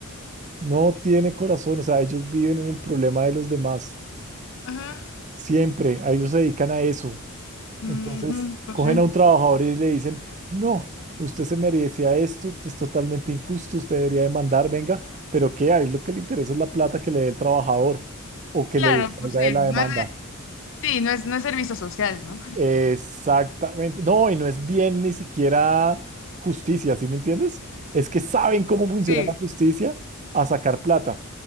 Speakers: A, on the right; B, on the left.
A: no tiene corazón. O sea, ellos viven en el problema de los demás.
B: Ajá.
A: Siempre, a ellos se dedican a eso.
B: Ujú,
A: Entonces,
B: pues
A: cogen
B: sí.
A: a un trabajador y le dicen, no, usted se merecía esto, es totalmente injusto, usted debería demandar, venga, pero ¿qué? Ahí lo que le interesa es la plata que le dé el trabajador o que
B: Claro,
A: le salga
B: pues
A: de
B: sí,
A: la
B: no
A: demanda.
B: es, de- sí, no es, no es servicio social, ¿no?
A: Exactamente. No, y no es bien ni siquiera justicia, ¿sí me entiendes? Es que saben cómo funciona
B: Sí,
A: la justicia a sacar plata.